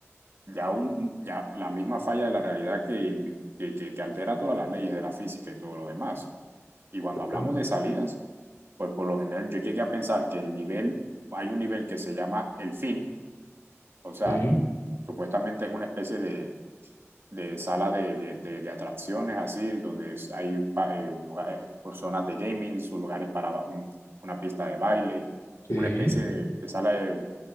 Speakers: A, on the right (about 50°); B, on the left (about 85°).
A: ya, un, ya la misma falla de la realidad que, que, que, que altera todas las leyes de la física y todo lo demás. Y cuando hablamos
B: claro,
A: de salidas, Pues por lo general yo llegué a pensar que el nivel, hay un nivel que se llama el fin, o sea,
B: sí,
A: supuestamente es una especie de, de sala de, de- de- de atracciones así, donde es- hay pa- eh, lugares, pues, zonas de gaming, sus lugares para ba- un- una pista de baile, como
B: sí,
A: una especie de, de sala de,